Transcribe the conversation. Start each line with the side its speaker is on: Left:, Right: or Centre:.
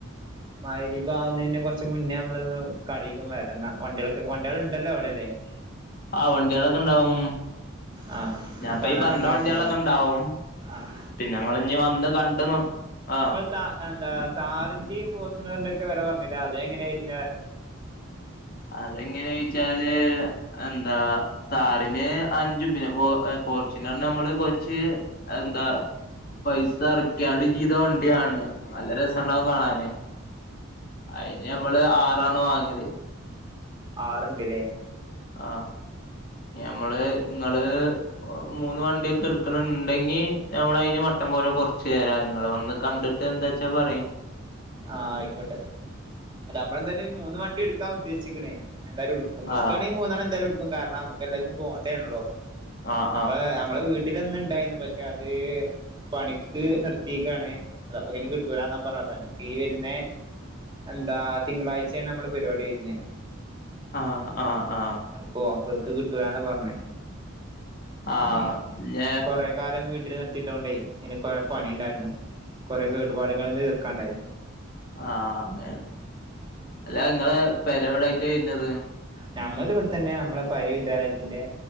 Right: മഹരിബ് ആകുന്നെന്ന് കുറച്ച് മുന്നേ നമ്മൾന്ന് കടക്കന്ന് വരുന്ന വണ്ടികൾക്കെ വണ്ടികൾ ഉണ്ടല്ലോ അവിടെ അല്ലേ? <inaudible>
Left: ആ വണ്ടികളൊക്കെ ഉണ്ടാവും
Right: ആഹ്
Left: ഞാൻപ്പ
Right: അത് കാണാൻ
Left: ഈ പറഞ്ഞ
Right: വേണ്ടി
Left: വണ്ടികളൊക്കെ
Right: കണ്ട്
Left: ഇണ്ടാവും
Right: ആഹ്
Left: പിന്നെ ഇങ്ങളിനി വന്ന് കണ്ട് ആഹ്
Right: ത എന്താ താറിന്റേം ഫോർച്യുനറിന്റെ ഒക്കെ വില പറഞ്ഞില്ല അത എങ്ങനെയ വരുന്നത്?
Left: അതെങ്ങനെ യിച്ചാല് എന്താ താറിന് അഞ്ചും പിന്നെ ഫോർച്യുനറിനമ്മള് കൊറച്ച് എന്താ പൈസ <unintelligible> ചെയ്ത വണ്ടിയാണ് നല്ല രസണ്ടാവും കാണാന് ആയ് നമ്മള് ആറാണ് വാങ്ങല്
Right: ആറ്ണ്ട് ഇല്ലേ
Left: ആ മ്മള് നിങ്ങള് മൂന്ന് വണ്ടിയൊക്കെ എടുക്കണുണ്ടെങ്കി നമ്മൾ അതിന് മട്ടം പോലെ കൊറച്ച് തരാംങ്ങൾ വന്ന് കണ്ടി് എന്താച്ചാ പറയും
Right: ആഹ ആയിക്കോട്ടെ അ നമ്മൾ എന്തായാലും മൂന്ന് വണ്ടി എടുക്കാൻ ഉദ്ദേശിക്കണേ എന്തായാലും എടുക്കും ടുക്കുകവാണെങ്കിൽ
Left: ആഹ്
Right: മൂന്നാണ്ണം എന്തായാലും എടുക്കും കാരണം നമ്മക്ക് എല്ലാർക്കും പോകേണ്ടോണല്ലോ
Left: ആഹ്
Right: നമ്മ നമ്മളെ വീട്ടിലൊന്ന ഇണ്ടായിന്ന് പക്ഷെ അത് പണിക്ക് നിർത്തിയാണ് അത്പ്പ ഇങ്ങനെ കിട്ടു ലാ എന്നാ പറഞ്ഞ നമുക്ക് ഈ വര്ന്ന എന്താ തിങ്കളാഴ്ചയാണ് നമ്മള് പരിപാടി വരുന്നെ
Left: ആഹ് ആഹ് ആഹ്
Right: അപ്പൊ ഓഫ ഒക്കെ കിട്ടുലന്നാ പറഞ്ഞേ
Left: ആഹ്
Right: ഇനി
Left: ഞ
Right: കൊറെ കാലം വീട്ടിൽ നിർത്തിട്ടോണ്ടേ ഐന് കൊറെ പണിണ്ടായിരുന്നു കുറെേ കേടുപാടുകളന്നെ തീർക്കാണ്ടായിരുന്നു
Left: ആഹ അങ്ങ അല്ല നിങ്ങള് പെരവിടായിട്ട് വരുന്നത്?
Right: നമ്മള ഇവിടെത്തന്നെ നമ്മളെ പഴേ വിദ്യാലയത്തിന്റെ